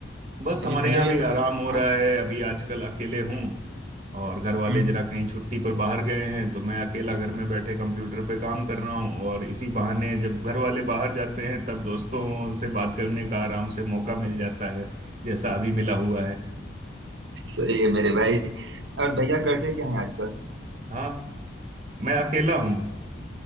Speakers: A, on the right; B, on the right.
A: बस
B: अभी
A: हमारे
B: भैया
A: यहाँ
B: ये
A: भी
B: सब
A: आराम
B: ठीक
A: हो
B: है
A: रहा
B: ना
A: है अभी आजकल अकेले हूँ और घर वाले
B: हम्म।
A: जरा कहीं छुट्टी पर बाहर गए हैं तो मैं अकेला घर में बैठे कंप्यूटर पे काम कर रहा हूँ और इसी बहाने जब घर वाले बाहर जाते हैं तब दोस्तों से बात करने का आराम से मौका मिल जाता है जैसा अभी मिला हुआ है
B: सही है मेरे भाई और भैया करते क्या है आजकल
A: हाँ मैं अकेला हूँ